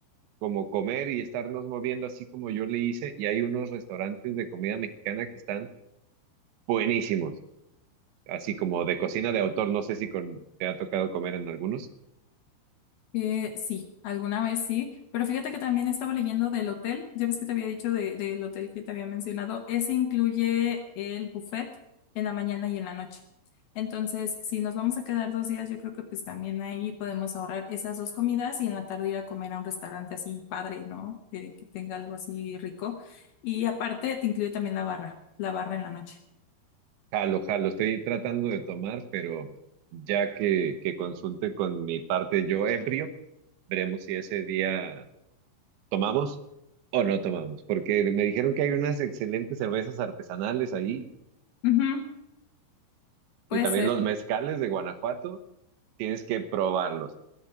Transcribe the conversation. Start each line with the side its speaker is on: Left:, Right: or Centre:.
Right: como comer y estarnos moviendo así como yo le hice. Y hay unos restaurantes de comida mexicana que están buenísimos, así como de cocina de autor. No sé si con, te ha tocado comer en algunos.
Left: Eh, sí, alguna vez sí, pero fíjate que también estaba leyendo del hotel, ya ves que te había dicho de- del hotel que te había mencionado, ese incluye el buffet en la mañana y en la noche. Entonces, si nos vamos a quedar dos días, yo creo que pues también ahí podemos ahorrar esas dos comidas y en la tarde ir a comer a un restaurante así padre, ¿no? Que, que tenga algo así rico. Y aparte te incluye también la barra, la barra en la noche.
Right: Jalo, jalo, estoy tratando de tomar, pero ya que, que consulte con mi parte yo ebrio, veremos si ese día tomamos o no tomamos, porque me dijeron que hay unas excelentes cervezas artesanales ahí
Left: Ujú, puede
Right: y también
Left: ser.
Right: los mezcales de Guanajuato, tienes que probarlos.